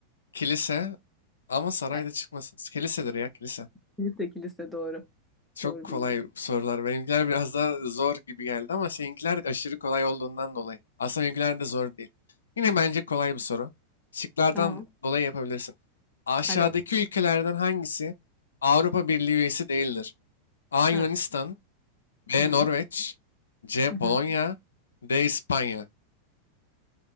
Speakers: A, on the left; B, in the centre.
A: Kilise ama sarayda
B: Evet,
A: çıkmasın. Kilisedir ya kilise.
B: kilise, kilise doğru.
A: Çok
B: Doğru
A: kolay
B: bildim.
A: sorular. Benimkiler biraz daha zor gibi geldi ama seninkiler aşırı kolay olduğundan dolayı. Aslında benimkiler de zor değil. Yine bence kolay bir soru. Şıklardan
B: Tamam.
A: dolayı yapabilirsin. Aşağıdaki
B: Hadi bakalım.
A: ülkelerden hangisi Avrupa Birliği üyesi değildir? A. Yunanistan
B: Ha.
A: B.
B: Hı.
A: Norveç C. Polonya
B: Hı hı.
A: D. İspanya